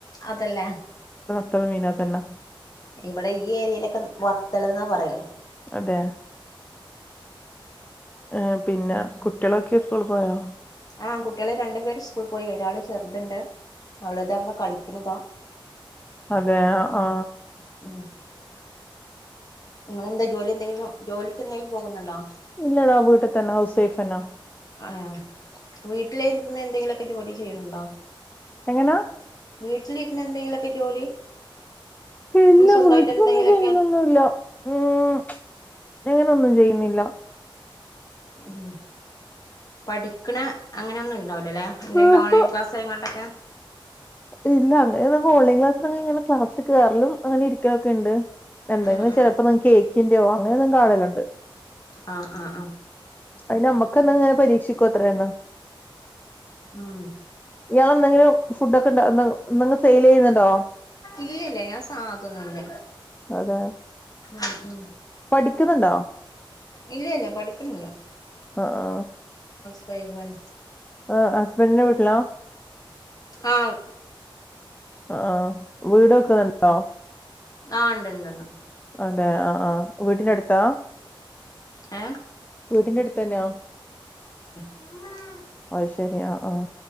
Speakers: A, on the left; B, on the left.
A: അതല്ല
B: മീന തന്ന
A: ഇവിടെ ഈ ഏരിയയിലൊക്കെ വത്തൽ എന്നാ പറയൽ
B: അതെ എ പിന്നെ കുട്ടികളൊക്കെ സ്കൂൾ പോയോ
A: ആ കുട്ടികളെ രണ്ടുപേര് സ്കൂൾ പോയി ഒരാള് ചെറുതുണ്ട് അവളത അവള കളിക്കുന്നതാ <inaudible>
B: അതെ ആ ആ
A: <inaudible> നിങ്ങെന്താ ജോലി എന്തെങ്കിലും ജോലിക്ക് എന്തെങ്കിലും പോകുന്നുണ്ടോ
B: ഇല്ലടാവ വീട്ട തന്നെ ഹൗസേഫ് എന്ന
A: ആ വീട്ടിലന്ന് എന്തെങ്കിലുമൊക്കെ ജോലി ചെയ്യണണ്ടോ
B: എങ്ങനാ
A: വീട്ടിലിരുന്ന എന്തെങ്കിലുമൊക്കെ ജോലി
B: ഇല്ല
A: സ്വന്തമായിട്ട്
B: വീട്ടന്നൊന്നും
A: എന്തെങ്കിലുമൊക്കെ
B: ചെയ്യുന്നൊന്നുല്ല ഉം അങ്ങന ഒന്നും ചെയ്യുന്നില്ല
A: ഉ പഠിക്കണ അങ്ങനെൊന്നുംല്ല ഉണ്ടാവില്ല എന്തങ്കില
B: ഊഹും
A: ഓൺലൈ ക്ലസ് കണ്ടക്കെ
B: ഇല്ല അങ്ങനെ നമുക്ക് ഓൺലൈൻ ക്ലാസ് ഇങ്ങനെ ക്ലാസ്സിൽ കയറിലും അങ്ങനെ ഇരിക്കാലോക്കണ്ട് എന്തെങ്കിലും
A: ഉം ഉം
B: ചിലപ്പോ നി കേക്കിന്റെയോ അങ്ങനെന്ന് കാണലുണ്ട്
A: ആ ആ ആ
B: അയിന് നമ്മക്കന്ത ഇങ്ങനെ പരീക്ഷിക്കോ അത്രന്നെ
A: ഉം
B: ഇയാള എന്തെങ്കിലും ഫുഡക്കെ സെയിൽ ചെയ്യുന്നുണ്ടോ
A: ഇല്ലില്ല ഞാൻ സാധൊന്നുല്ല
B: അതെ
A: <inaudible>
B: പഠിക്കുന്നുണ്ടോ
A: ഇല്ല ഇല്ല പഠിക്കുന്നില്ല
B: ആ ആ
A: <unintelligible>
B: ആ ഹസ്ബന്റിന്റെ വീട്ടിലാ
A: ആ
B: ആ വീട് വെക്കുന്നുണ്ടോ
A: ആ ഉണ്ടണ്ടണ്ട്
B: അതെ ആ ആ വീട്ടിന്റടുത്താ
A: എ
B: വീട്ടിന്റെടുത്ത തന്നെയാ
A: ഉമ്മാ
B: അശരിയാ ആ ആ